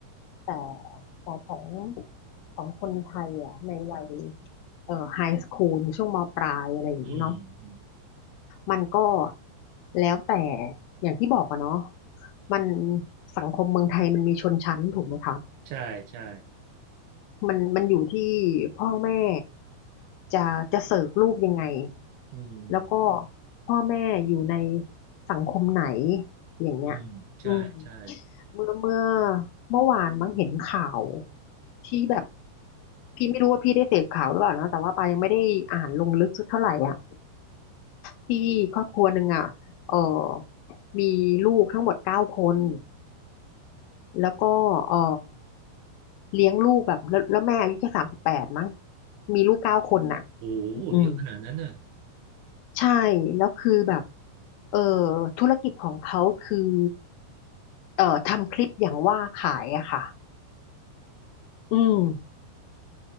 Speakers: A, on the left (about 80°); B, on the right (about 75°).
A: แต่แต่ของของคนไทยอ่ะในวัยเอ่อไฮสคูลช่วงมปลายอะไรอย่างเงี้ยเนาะ
B: อืม
A: มันก็แล้วแต่อย่างที่บอกอะเนาะมันสังคมเมืองไทยมันมีชนชั้นถูกไหมคะ
B: ใช่ใช่
A: มันมันอยู่ที่พ่อแม่จะจะเสิร์ฟลูกยังไง
B: อืม
A: แล้วก็พ่อแม่อยู่ในสังคมไหนอย่างเงี้ย
B: อืมใช่ใช่
A: อืมเมื่อเมื่อเมื่อวานมั้งเห็นข่าวที่แบบพี่ไม่รู้ว่าพี่ได้เสพข่าวหรือเปล่านะแต่ว่าปายังไม่ได้อ่านลงลึกสักเท่าไหร่อ่ะ ที่ครอบครัวหนึ่งอ่ะเออมีลูกทั้งหมดเก้าคน แล้วก็เออเลี้ยงลูกแบบแล้วแล้วแม่อายุแค่สามสิบแปดมั้งมีลูกเก้าคนน่ะ
B: โอ้โหเยอะขนาดนั้นน่ะ
A: อืมใช่ แล้วคือแบบเออธุรกิจของเขาคือเอ่อทำคลิปอย่างว่าขายอะค่ะอืม